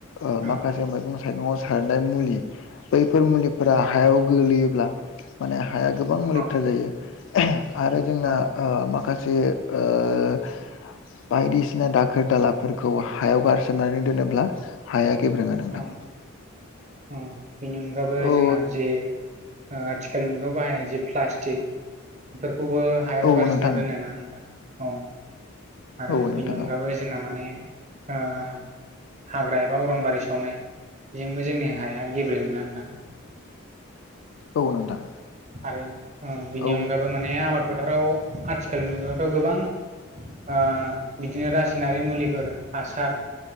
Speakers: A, on the left; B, on the right.
A: ओ
B: औ
A: माखासे मैगं थाइगंआव सारनाय मुलि बैफोर मुलिफोरा
B: औ
A: हायाव गोलैयोब्ला माने हाया गोबां लेथ्रा
B: औ
A: जायो आरो जोंना
B: औ
A: ओ माखासे बे ओ बायदिसिना <unintelligible> <unintelligible> दालाफोरखौ हायाव गारसोमनानै दोनोब्ला हाया गेब्रेंङो नोंथां।
B: औ औ बेनि अनगाबो
A: औ
B: जोंना जि ओ आथिखालनि मुगायाव बाहायनाय जे प्लास्टिक बेफोरखौबो हायाव
A: औ
B: गारसोननानै
A: नोंथां
B: दोनो ना नोंथां औ। आरो
A: औ नोंथां
B: बिनि अनगाबो
A: औ
B: जोंना माने ओ हाग्रा एबा अरनबारि सावनाय बेजोंबो जोंनि हाया गेब्रेङो ना नोंथां।
A: औ नोंथां।
B: आरो ओ बिनि
A: औ
B: अनगाबो माने आबाद फोथाराव आथिखालनि मुगायावथ' गोबां ओ बिदिनो रासायनारि मुलिफोर हासार